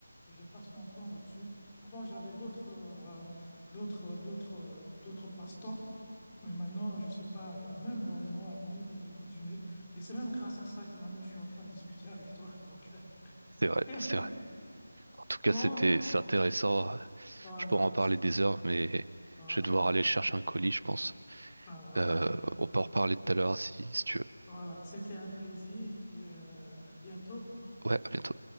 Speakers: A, on the left; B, on the right.
A: Je passe mon temps là-dessus. Avant j'avais d'autres, euh, d'autres, d'autres, euh, d'autres passe-temps, mais maintenant je sais pas. euh, Même dans les mois à venir, je vais continuer. Et c'est même grâce à ça que maintenant je suis en train de discuter avec toi. Donc
B: C'est vrai,
A: euh,
B: c'est vrai.
A: <laughs>
B: En tout cas,
A: bon,
B: c'était, c'est intéressant.
A: voilà,
B: Je pourrais en parler des heures, mais
A: voilà,
B: je vais devoir aller chercher un colis, je pense.
A: ça va,
B: Euh,
A: ok.
B: on peut en reparler tout à l'heure si, si tu veux.
A: Voilà, c'était un plaisir et euh, à bientôt.
B: Ouais, à bientôt.